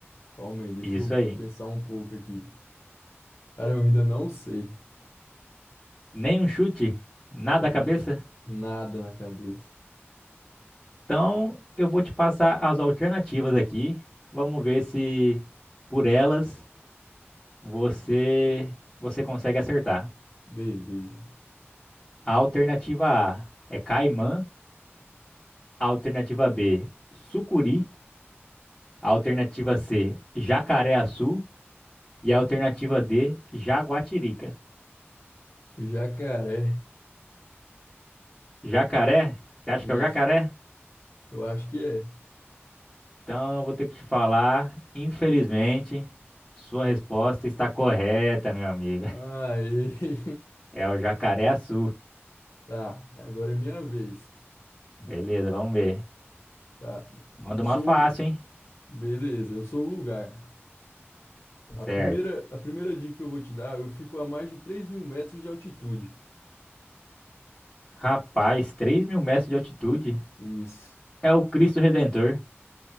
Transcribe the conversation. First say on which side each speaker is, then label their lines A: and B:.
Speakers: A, on the left; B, on the left.
A: Calma aí, deixa
B: Isso
A: eu
B: aí.
A: pensar um pouco aqui. Cara, eu ainda não sei.
B: Nem um chute, nada a
A: Ni-
B: cabeça.
A: Nada na cabeça.
B: Então, eu vou te passar as alternativas aqui. Vamos ver se por elas você você consegue acertar.
A: Beleza.
B: A alternativa A é caimã, a alternativa B, sucuri, a alternativa C, jacaré-açu e a alternativa D, jaguatirica.
A: Jacaré.
B: Jacaré? Você acha
A: Isso.
B: que é o jacaré?
A: Eu acho que é.
B: Então, eu vou ter que te falar, infelizmente, sua resposta está correta, meu amigo. <laughs>
A: Aê. <laughs>
B: É o jacaré-açu.
A: Tá, agora é minha vez.
B: Beleza, vamos ver.
A: Tá.
B: Manda
A: Sou
B: uma fácil,
A: um...
B: hein?
A: Beleza, eu sou um lugar. A
B: Certo.
A: primeira, a primeira dica que eu vou te dar, eu fico a mais de três mil metros de altitude.
B: Rapaz, 3 mil metros de altitude
A: Isso.
B: é o Cristo Redentor.